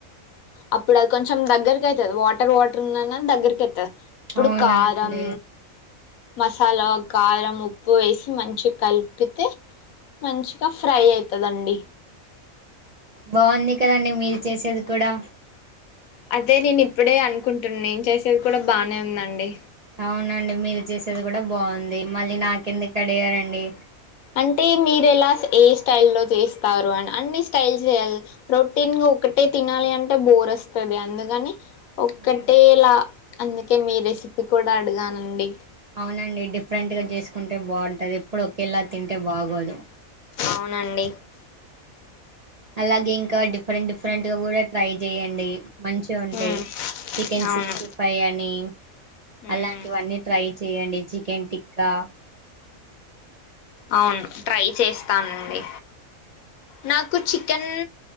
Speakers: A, on the left; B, on the right.
A: అప్పుడు అది కొంచెం దగ్గరకి అయితాది వాటర్ వాటర్ ఉన్నాన్నా దగ్గరకి అయితాది అప్పుడు
B: అవునండి
A: కారం మసాలా కారం ఉప్పు వేసి మంచిగా కలిపితే మంచిగా ఫ్రై అయితాదండి
B: బాగుంది కదండి మీరు చేసేది కూడా
A: అదే నేను ఇప్పుడే అనుకుంటున్నాను నిను చేసేది కూడా బానే ఉందండి
B: అవునండి మీరు చేసేది కూడా బాగుంది మళ్ళీ నాకెందుకు అడిగారండి
A: అంటే మీరు ఎలా ఏ స్టైల్ లో చేస్తారు అని అన్ని స్టైల్ చేయాలి రొటీన్గా ఒకటే తినాలి అంటే బోర్ వస్తాది అందుకని ఒక్కటేలా
B: అవునండి
A: అందుక్ అందుకే మీ రెసిపీ కూడా అడిగానండి
B: అవునండి డిఫరెంట్ గా చేసుకుంటే బాగుంటది ఇప్పుడు ఒకేలా తింటే బాగోదు
A: అవునండి
B: అలాగే ఇంకా డిఫరెంట్ డిఫరెంట్ గా కూడా ట్రై చెయండి మంచిగా ఉంటాయి
A: ఉమ్
B: చికెన్
A: అవును
B: సిక్స్టీ ఫైవ్ అని
A: ఉమ్
B: అలాంటివన్నీ ట్రై చేయండి చికెన్ టిక్కా
A: అవును ట్రై చేస్తానండి నాక్ నాకు చికెన్